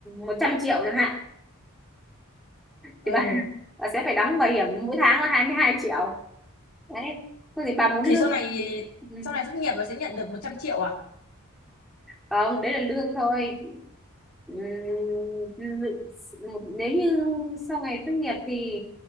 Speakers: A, in the centre; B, on the left.
A: 100 triệu chẳng hạn
B: ờ
A: thì bà, <laughs> bà sẽ phải đóng bảo hiểm mỗi tháng là 22 triệu đấy Thôi thì bà muốn
B: thì
A: lương
B: sau này
A: ừ.
B: sau này thất nghiệp nó sẽ nhận được một trăm triệu à
A: không đấy là lương thôi Ừm, dự- một- nếu như sau ngày tốt nghiệp thì